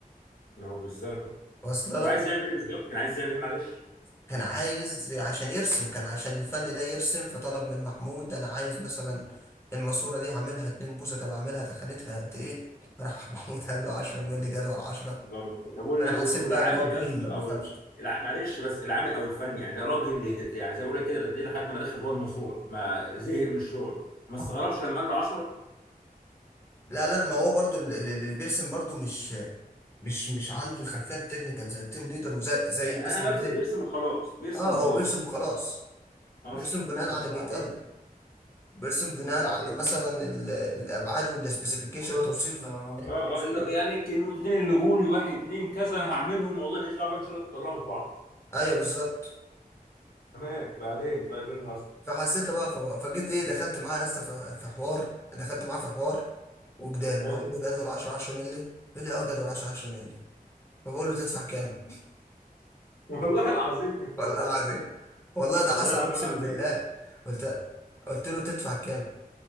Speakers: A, on the left; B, on the left.
A: ما هو بالظبط
B: وصل
A: وعايز
B: لك
A: يعمل ايه بالظبط كان عايز يعمل ايه معلش
B: كان عايز عشان يرسم كان عشان الفن ده يرسم فطلب من محمود انا عايز مثلا الماسوره دي هعملها 2 بوصه طب اعملها تخانتها قد ايه راح <laughs> محمود قال له 10 مللي جدول 10
A: اللهم- طب وال-
B: انا حسيت
A: وال- والعامل
B: بقى ان هو بهيم
A: يا اسطى
B: ما بيفهمش
A: او الع... معلش بس العامل او الفني يعني ده راجل يعني زي ما بقول لك كده ده تلاقيه لحد ما دخل جوه الماسوره ما زهق من الشغل ما استغربش لما قال له 10
B: لا لا ما هو برضو اللي اللي- اللي بيرسم برضو مش مش مش عنده الخلفيه التكنيكال زي التيم ليدر وزي زي
A: إيه،
B: مثلا
A: انا برسم
B: زي
A: بيرسم وخلاص بيرسم
B: اه
A: وخلاص
B: هو بيرسم وخلاص
A: اصلا
B: بيرسم بناء
A: قشطه
B: على اللي بيتقال
A: عليك
B: له بيرسم بناء
A: قشطه
B: على
A: عليك
B: مثلا ال- الابعاد والسبيسيفيكيشن الخطف توصيف آه. التوصيف.
A: اه اه اللي- يعني ك- النقطتين اللي جولي واحد اتنين كذا انا هعملهم والله ماليش دعوه بقى، ان شاء الله تطلعوا في بعض
B: ايوه بالظبط
A: تمام بعدين طيب ايه اللي حصل؟
B: فحسيت بقى ف- فجيت ايه دخلت معاه يا اسطى في في حوار دخلت معاه في حوار وجدال
A: حلو
B: بقول له جدول 10 10 مللي بيقول لي اه جدول 10 10 مللي فبقول له تدفع كام
A: <laughs> والله العظيم
B: <laughs> والله العظيم والله ده
A: والله
B: حسب
A: العظيم
B: اقسم
A: على الرايق
B: بالله قلت قلت له تدفع كام